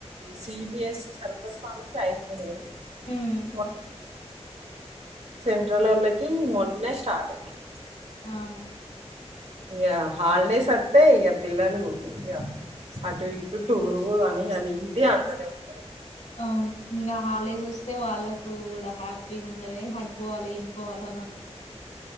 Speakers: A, on the right (about 70°); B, on the left (about 85°).
A: ఈ సిబిఎస్ఈ స్ వాళ్ళకి అయిపోయినాయ్
B: హ్మ్
A: మ సెంట్రలోళ్ళకు మొన్నే స్టార్ట్ అయినాయి
B: అవును
A: ఇగ హాలిడేస్ అత్తే ఇగ పిల్లలు ఇక అటు ఇటు టూర్ అని అది ఇది అంటనే ఉంటరు
B: అవును ఇంగ హాలిడేస్ వస్తే వాళ్ళకు కూడా హ్యాపీగా ఉంటది హట్ పోవాలి ఇట్ పోవాల అని అంటరు